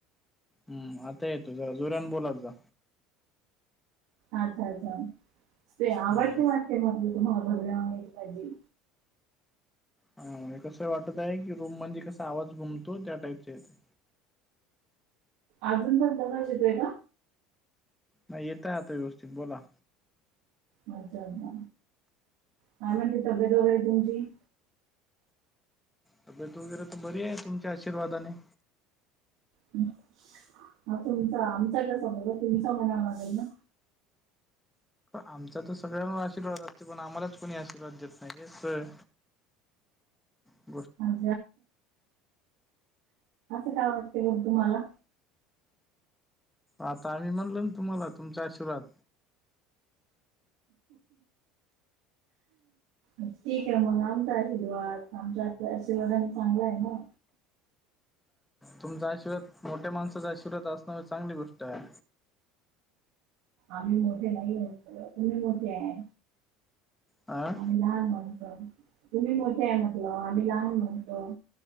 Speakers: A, in the centre; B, on the right (about 75°).
A: हम् आता येतो जरा जोरान बोलात जा.
B: अच्छा! अच्छा, ! ते आवडते
A: हम्म
B: वाटते <unintelligible> तुम्हाला भरल्या वांग्याची भाजी
A: हा कसं वाटतय आहे की रूम मध्ये कसा आवाज घुमतो त्या टाईपचे येतं
B: अजून पण तसाच येतोय का
A: नाही, येतय आता व्यवस्थित, बोला.
B: अच्छा, अच्छा. काय म्हणते? तब्येत वगैरे तुमची.
A: तब्येत वगैरे तर बरीय, तुमच्या आशीर्वादाने.
B: <unintelligible> हा तुमचा आमचा कसा तुमचा म्हणायला लागेल ना
A: आमचा तर सगळ्यांवर आशीर्वाद असतोय पण आम्हालाच कोणी आशीर्वाद देत नाही. हे सग <unintelligible>
B: <unintelligible> असं काय वाटते बरं तुम्हाला?
A: आता आम्ही म्हणल ना तुम्हाला. तुमचा आशीर्वाद.
B: ठीकय मग. आमचा आशीर्वाद आमच्या आशीर्वादानी चांगलाय ना.
A: तुमचा आशीर्वाद मोठ्या माणसाचा आशीर्वाद असणं म्हणजे चांगली गोष्ट आहे
B: आम्ही मोठे नाही आहोत, तुम्ही मोठे आहे.
A: अ
B: आम्ही लहान माणसं तुम्ही मोठे आहे म्हटल आम्ही लहान म्हणतो